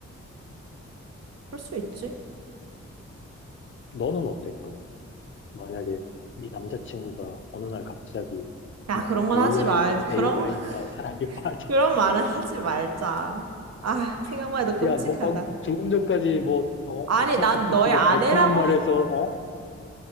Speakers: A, on the right; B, on the left.
A: 그럴 수 있지.
B: 너는 어때, 그럼? 만약에 네 남자친구가 어느 날 갑자기
A: 야,
B: 나
A: 그런 건
B: AI,
A: 하지 말, 그런,
B: AI와
A: <laughs>
B: 사랑에 빠졌어.
A: 그런 말은 하지 말자. 아, 생각만
B: <laughs>
A: 해도 끔찍하다.
B: 야, 너 방금 조금 전까지 뭐, 어,
A: 아니,
B: 어, 챗GPT가
A: 난 너의 아내라고.
B: 달콤한 말에서,
A: 하-
B: 어?